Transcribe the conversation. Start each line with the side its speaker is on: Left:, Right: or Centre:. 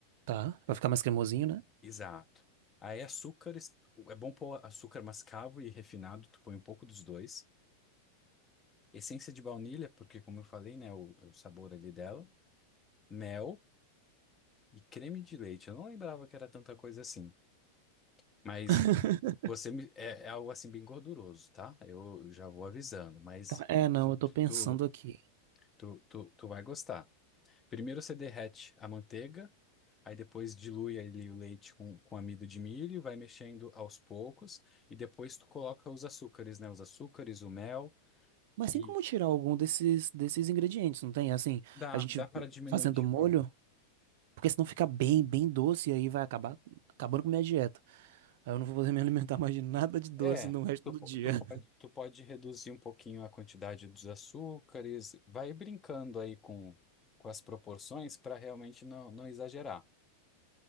Right: Tá, vai ficar mais cremosinho, né?
Left: Exato. Aí açúcares, é bom pôr açúcar mascavo e refinado, tu põe um pouco dos dois. Essência de baunilha, porque como eu falei, né, o, o sabor ali dela. Mel e creme de leite. Eu não lembrava que era tanta coisa assim, mas
Right: <laughs>
Left: você me- é, é algo assim bem gorduroso, tá? Eu já vou avisando, mas
Right: Tá, É, não,
Left: tu,
Right: eu
Left: tu,
Right: tô pensando
Left: tu,
Right: aqui.
Left: tu, tu tu vai gostar. Primeiro você derrete a manteiga. Aí depois dilui ali o leite com, com amido de milho, vai mexendo aos poucos e depois tu coloca os açúcares, né? Os açúcares, o mel
Right: Mas
Left: e
Right: tem como tirar algum desses, desses ingredientes, não tem? Assim,
Left: dá,
Right: a gente
Left: dá para diminuir,
Right: fazendo
Left: tipo,
Right: molho.
Left: a-
Right: Porque senão fica bem, bem doce e aí vai acabar acabando com minha dieta. Aí eu não vou poder me alimentar mais de nada de doce
Left: é,
Right: no resto
Left: tu,
Right: do
Left: po-
Right: dia.
Left: tu pode,
Right: <laughs>
Left: tu pode reduzir um pouquinho a quantidade dos açúcares, vai brincando aí com, com as proporções para realmente não, não exagerar.